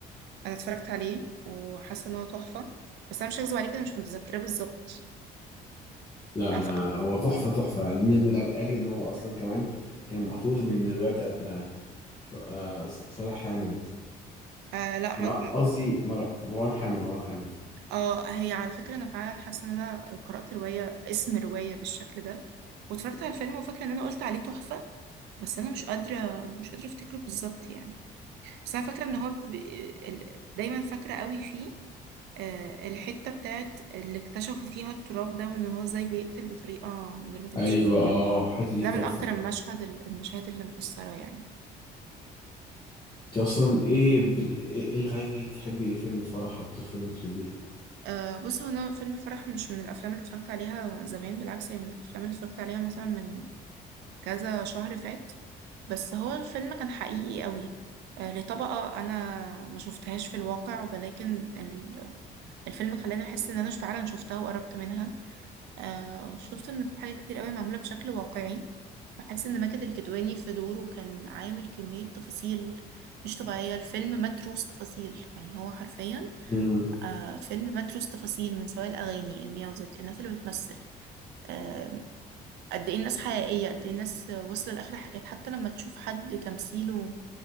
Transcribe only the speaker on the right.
انا اتفرجت عليه وحاسة ان هو تحفة بس انا مش هكذب عليك انا مش متذكرة بالظبط
أنا
ف...
آه لا ما...
اه هي على فكرة انا فعلا حاسة ان انا قرأت رواية اسم رواية بالشكل ده واتفرجت على الفيلم وفاكرة ان انا قلت عليه تحفة بس انا مش قادرة مش قادرة افتكره بالظبط يعني بس انا فاكرة ان هو ب... ال- دايما فاكرة قوي فيه آه، الحتة بتاعت اللي اكتشفوا فيها التراب ده وان هو ازاي بيقتل بطريقة من غير ما تكتشفه
كده
ده
من اكتر المشهد المشاهد اللي مأثرة يعني
أه بص هو انا فيلم الفرح مش من الافلام اللي اتفرجت عليها زمان بالعكس هي من الافلام اللي اتفرجت عليها مثلا من كذا شهر فات بس هو الفيلم كان حقيقي قوي أه لطبقة انا ما شفتهاش في الواقع ولكن ال- الفيلم خلاني احس ان انا فعلا شفتها وقربت منها أه شفت ان في حاجات كتير قوي معمولة بشكل واقعي بحس ان ماجد الكدواني في دوره كان عامل كمية تفاصيل مش طبيعية الفيلم متروس تفاصيل يعني هو حرفيا
آه فيلم متروس تفاصيل من سواء الأغاني الميوزك الناس اللي بتمثل آه قد ايه الناس حقيقية قد ايه الناس وصل لآخر حاجات حتى لما تشوف حد تمثيله